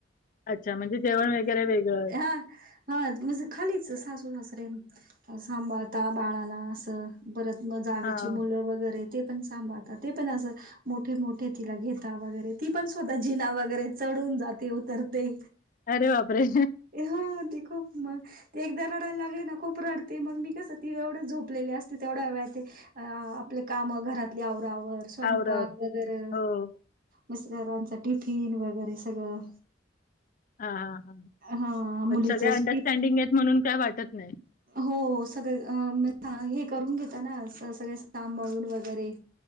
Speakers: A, on the left; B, on the right.
A: अच्छा म्हणजे जेवण वगैरे वेगळं.
B: हा. हा म्हणजे खालीच सासू सासरे सांभाळता बाळाला असं. परत मग जावेची
A: हां.
B: मुलं वगैरे ते पण सांभाळतात ते पण असं. मोठे मोठे तिला घेता वगैरे ती पण स्वतः जिना वगैरे चढून जाते उतरते.
A: अरे बापरे.
B: ह देख म ते एकदा रडायला लागली ना खूप रडते मग मी कसं ती एवढं झोपलेली असते तेवढ्या वेळात अ आपले काम घरातली आवरावर स्वयंपाक
A: आवर-आवर.
B: वगैरे
A: हो, हो.
B: मिस्टरांच टिफिन वगैरे सगळं.
A: हा हा हा
B: हा
A: पण
B: मुलीच
A: सगळे अंडरस्टँडिंग
B: टिफिन
A: आहेत म्हणून काय वाटत नाही.
B: हो सगळ हे करून घेताना सगळे सांभळून वगैरे